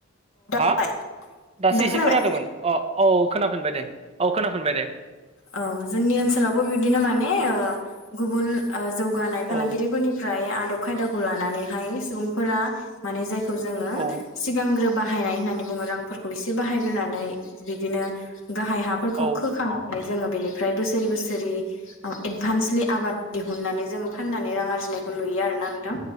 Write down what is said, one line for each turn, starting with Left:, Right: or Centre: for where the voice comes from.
Right: हा
Left: नोंलाय
Right: दासो
Left: दा
Right: एसे
Left: खोनाबाय
Right: खोनादोमोन अ औ खोनाफिनबाय दे औ खोनाफिनबाय दे
Left: औ जोंनि ओनसोलावबो बिब्दिनो माने ओ गुबुन ओ जौगानाय
Right: औ
Left: फालांगिरिफोरनि फ्राय आदब खायदाखौ लानानैहाय सुबुंफोरा माने जायखौ जोङो
Right: औ
Left: सिगांग्रो बाहायनाय होननानै बुङो रांफोरखौ एसे बाहायग्रोनानै बिदिनो गाहाय हा फोरखौ
Right: औ
Left: खोखांनानै जोङो बेनिफ्राय बोसोरि बोसोरि औ एदभान्सलि आबाद दिहुननानै जोङो फाननानै रां आरजिनायखौ नुयो आरोना नोंथां।